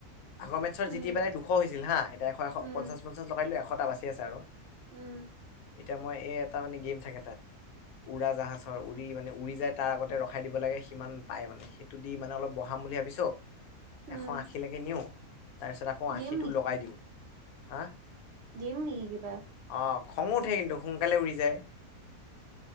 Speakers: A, on the left (about 75°); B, on the right (about 65°).
A: আগৰ মেটছত
B: উম
A: জিতি পেলাই দুশ হৈছিল হা এতিয়া এশ এশ
B: উম
A: পঞ্চা পঞ্চাশটাই দিলো এশটা বাচি আছে আৰু-
B: উম।
A: এতিয়া মই এ এটা মানে গেম থাকে তাত- উৰা জাহাজৰ উৰি মানে উৰি যায় তাৰ আগতে ৰখাই দিব লাগে সিমান পাই মানে- সেইটো দি মানে অলপ বঢ়াম বুলি ভাবিছোঁ,
B: উম
A: এশ আশী লৈকে নিও- তাৰপিছত আকৌ
B: গেম
A: আশিটো লগাই দিওঁ, হা-
B: দিম নেকি কিবা?
A: অ খঙ উঠে কিন্তু সোনকালে উৰি যায়।